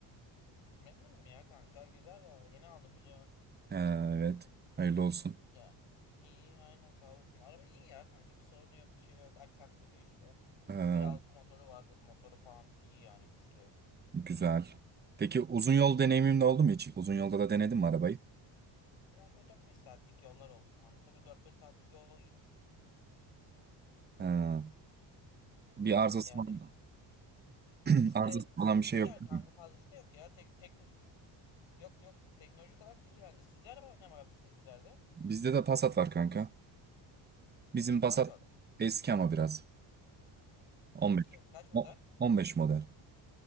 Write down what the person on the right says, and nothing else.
Ee, Evet, hayırlı olsun.
Ee,
güzel. Peki uzun yol deneyimin de oldu mu hiç? Uzun yolda da denedin mi arabayı?
Ee, bir arızası
falan, <clears throat>
arızası falan bir şey
yok. değil
mi?
Bizde de Passat var kanka. Bizim Passat
eski ama biraz. 15.
O- 15 model.